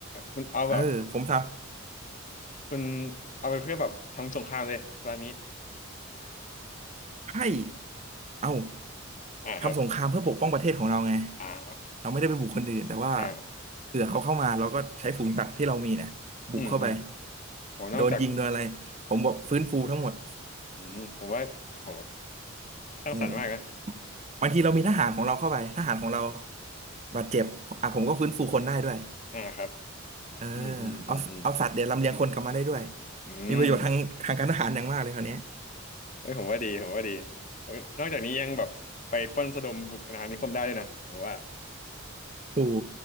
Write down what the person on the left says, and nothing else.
คุณเอาแบบ
คุณเอาไปเพื่อแบบทำสงครามเลยพลานี้
<laughs> อ่าครับ
อ่า
อ่า
อืมอืมโหนอกจาก
อืมผมว่าโหสร้างสรรค์มากนะ
อ่าครับ
อืมอืมอืมอืม
อืม
เอ้ยผมว่าดีผมว่าดีเออนอกจากนี้ยังแบบไปปล้นสะดมบุกอาณานิคมได้ด้วยนะผมว่า